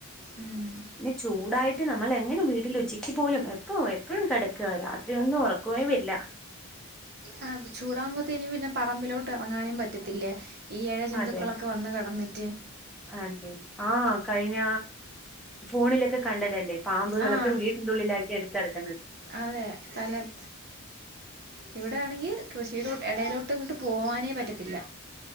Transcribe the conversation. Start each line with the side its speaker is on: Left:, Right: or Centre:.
Right: ഉം
Centre: ഇനി ചൂടായിട്ട് മറ്റേ നമ്മളെങ്ങനെ വീട്ടിൽ ഉച്ചിക്ക് പോലും എപ്പോ എപ്പഴും കെടക്ക്ആ രാത്രിയൊന്നും ഉറക്കവേ വരില്ല <inaudible> <inaudible>
Right: ആഹ് ചൂടാവുമ്പത്തേന് പിന്നെ പറമ്പിലോട്ടെറങ്ങാനും പറ്റത്തില്ലേ ഈയെഴജന്തുക്കളൊക്കെ
Centre: അതെ
Right: വന്ന് കെടന്നിട്ട്
Centre: അതെ ആഹ് കഴിഞ്ഞ ഫോണിലൊക്കെ കണ്ടതല്ലേ പാമ്പുകളൊക്കെ
Right: ആഹ്
Centre: വീട്ടിൻ്റുള്ളിലായി കേറി കെടക്ക്
Right: അതെ സ്ഥലം ഇവിടെയാണെങ്കി കൃഷിയിലോട്ട് എടയിലോട്ടിങ്ങട്ട് പോവാനേ പറ്റത്തില്ല